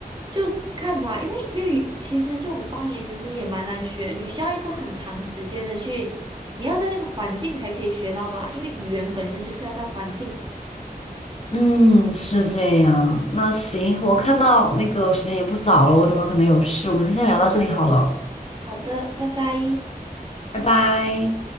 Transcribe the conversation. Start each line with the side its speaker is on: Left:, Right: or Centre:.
Right: 就看吧，因为粤语其实这种方言其实也蛮难学，你需要一个很长时间的去，你要在那个环境才可以学到吧，因为语言本身就是要在环境。
Left: 嗯，是这样。那行，我看到那个时间也不早了，我等会儿可能有事，我们就先聊到这里好了，
Right: 好的，拜拜。
Left: 拜拜。